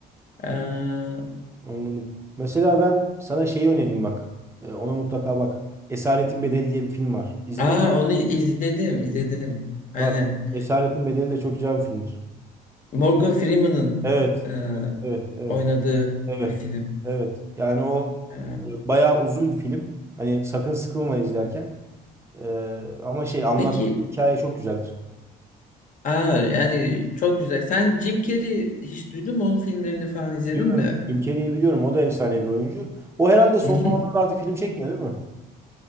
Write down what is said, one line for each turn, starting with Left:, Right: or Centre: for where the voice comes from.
Left: E,
Right: Anladım. Mesela ben sana şeyi önereyim bak. Ee, ona mutlaka bak. Esaretin Bedeli diye bir film var. İzledin
Left: Aa
Right: mi?
Left: onu izledim izledim. Aynen.
Right: Bak Esaretin Bedeli de çok güzel bir filmdir.
Left: Morgan Freeman'ın
Right: Evet.
Left: e,
Right: Evet. Evet.
Left: oynadığı
Right: Evet.
Left: bir film.
Right: Evet. Yani o
Left: E,
Right: e, bayağı uzun bir film. Hani sakın sıkılma izlerken. Ee, ama şey anlattığı
Left: peki
Right: hikaye çok güzeldir.
Left: aa, yani çok güzel. Sen Jim Carrey hiç duydun mu? Onun filmlerini falan izledin
Right: Diyorum
Left: mi?
Right: Jim Carrey'i biliyorum. O da efsane bir oyuncu. O herhalde son
Left: Hı hı.
Right: zamanlarda artık film çekmiyor değil mi?